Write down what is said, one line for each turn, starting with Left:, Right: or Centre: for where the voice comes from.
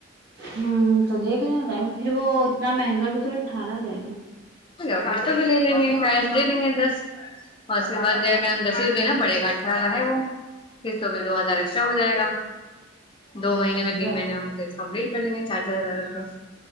Right: ہوں تو دیک لیںینا پھر وہ اتنا مہنگا بھی تو <unintelligible>
Left: پھر <unintelligible> اور اس کے بعد ج دس دینا پڑے گا اٹھارہ کا ہے وہ کس تو دو ہزار ایکسٹرا ہو جائے گا دو مہینے میں
Right: تم
Left: تین
Right: جا
Left: مہینے میں ہمس کمپلیٹ کر لیں گے چارجزار <unintelligible>